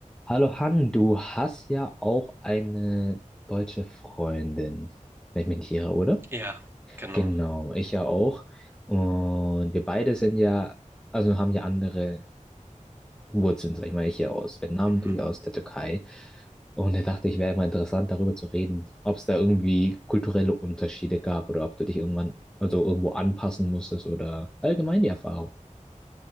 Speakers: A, in the centre; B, on the right.
A: Hallo Han, du hast ja auch eine deutsche Freundin, wenn ich mich nicht irre, oder?
B: Ja, genau.
A: Genau, ich ja auch. Und wir beide sind ja, also haben ja andere Wurzeln, sag ich mal, ich ja aus Vietnam,
B: Mhm.
A: du ja aus der Türkei. Und ich dachte, ich wäre mal interessant, darüber zu reden, ob es da irgendwie kulturelle Unterschiede gab oder ob du dich irgendwann, also irgendwo anpassen musstest oder allgemein die Erfahrung.